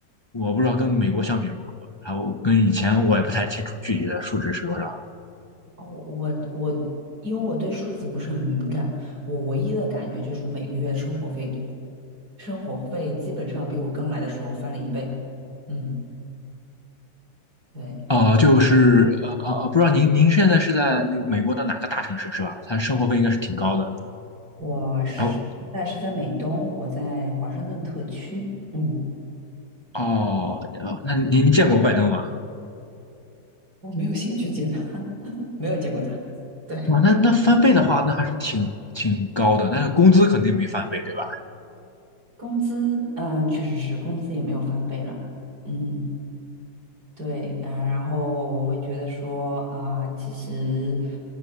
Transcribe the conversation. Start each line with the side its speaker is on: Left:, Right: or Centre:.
Left: 我不知道跟美国相比如何。然后跟以前我也不太清楚具体的数值是多少。
Right: 哦，我我，因为我对数字不是很敏感，我唯一的感觉就是我每个月的生活费，生活费基本上比我刚来的时候翻了一倍。嗯，对，
Left: 哦、就是呃呃呃，不知道您您现在是在那个美国的哪个大城市是吧？它生活费应该是挺高的。
Right: 我是，
Left: 然后
Right: 但是在美东，我在华盛顿特区。嗯。
Left: 哦，呃那您您见过拜登吗？
Right: 我没有兴趣见他，<laughs> 没有见过他。对，
Left: 哇，那那翻倍的话，那还是挺挺高的，但是工资肯定没翻倍，对吧？
Right: 工资，嗯、确实是工资也没有翻倍了。嗯，对，啊、然后我会觉得说啊、其实